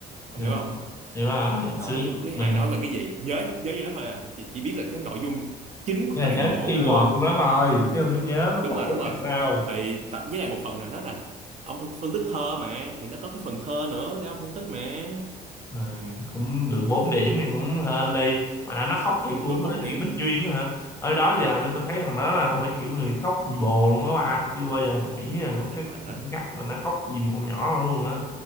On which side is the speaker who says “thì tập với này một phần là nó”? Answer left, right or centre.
Right